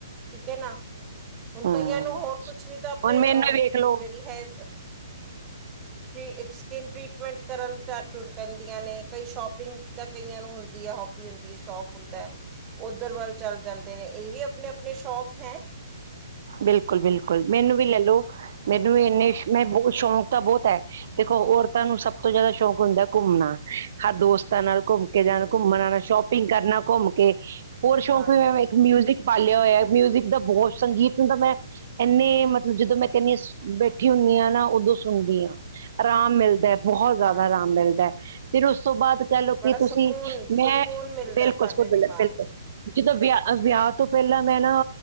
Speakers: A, on the right; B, on the right.
A: ਠੀਕ ਐ ਨਾ ਹੁਣ
B: ਹਮ
A: ਕਈ ਕਈਆਂ ਨੂੰ ਹੋਰ ਕੁੱਛ ਨੀ ਤਾਂ ਆਪਣੇ
B: ਹੁਣ ਮੈਨੂੰ
A: ਅ ਓ
B: ਵੇਖ ਲੋ
A: ਜੇੜੀ ਹੈ ਫਰੀ ਐਕਸ ਸਕਿੰਨ ਟਰੀਟਮੈਂਟ ਕਰਨ ਤਾਂ ਟੁਰ ਪੈਂਦੀਆਂ ਨੇ ਕਈ ਸ਼ੋਪਿੰਗ ਤਾਂ ਕਈਆਂ ਨੂੰ ਹੁੰਦੀ ਆ ਹੋਬੀ ਹੁੰਦੀ ਆ ਸ਼ੌਕ ਹੁੰਦੈ ਓਧਰ ਵੱਲ ਚੱਲ ਜਾਂਦੇ ਨੇ ਏ ਵੀ ਆਪਣੇ-ਆਪਣੇ ਸ਼ੌਕ ਹੈਂ।
B: ਬਿਲਕੁੱਲ-ਬਿਲਕੁੱਲ ਮੈਨੂੰ ਵੀ ਲੈਲੋ ਮੈਨੂੰ
A: ਹਮ
B: ਵੀ ਇੰਨੇ ਸ਼ੋ ਮੈਂ ਬੋ ਸ਼ੌ ਤਾਂ ਬੋਤ ਐ ਦੇਖੋ ਔਰਤਾਂ ਨੂੰ ਸਭ ਤੋਂ ਜਾਦਾ ਸ਼ੌਕ ਹੁੰਦਾ ਘੁੰਮਣਾ ਹਰ ਦੋਸਤਾਂ ਨਾਲ ਘੁੰਮ ਕੇ
A: ਹਮ
B: ਜਾਨਾ ਘੁੰਮਨ ਆਨਾ ਸ਼ੋਪਿੰਗ ਕਰਨਾ ਘੁੰਮ ਕੇ ਹੋਰ ਸ਼ੌਕ
A: ਹਾਂਜੀ
B: ਵੀ ਮੈਂ ਇੱਕ ਮਿਊਜ਼ਿਕ ਪਾਲਿਆ ਹੋਇਐ ਮਿਊਜ਼ਿਕ ਦਾ ਬੋ ਸੰਗੀ ਤਾਂ ਮੈਂ ਐਨੇ ਮਤਲਬ ਜਦੋਂ ਮੈਂ ਕੈਨੀ ਆ ਬੈਠੀ ਹੁੰਨੀ ਆ ਨਾ ਓਦੋਂ ਸੁਣਦੀ ਆ। ਆਰਾਮ ਮਿਲਦੈ ਬੋਹ ਜਾਦਾ
A: ਹਾਂਜੀ
B: ਆਰਾਮ ਮਿਲਦੈ ਫਿਰ ਉਸ ਤੋਂ ਬਾਦ ਕੈਲੋ
A: ਬੜਾ
B: ਕੀ
A: ਸਕੂਨ
B: ਤੁਸੀਂ
A: ਸਕੂਨ
B: ਮੈਂ
A: ਮਿਲਦਾ
B: ਬਿਲਕੁੱਲ
A: ਤੁਹਾਡੇ
B: <unintelligible>
A: ਦਿਮਾਗ
B: ਬਿਲਕੁੱਲ।
A: ਨੂੰ
B: ਜਦੋਂ ਵਿਆ-ਵਿਆ ਤੋਂ ਪੈਲਾਂ ਮੈਂ ਨਾ